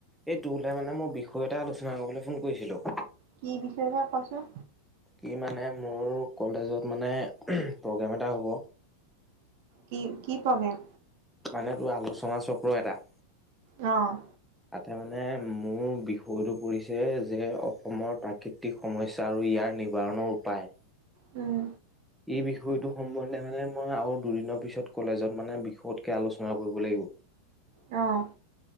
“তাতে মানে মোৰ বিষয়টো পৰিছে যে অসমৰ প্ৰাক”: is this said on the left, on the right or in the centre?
Centre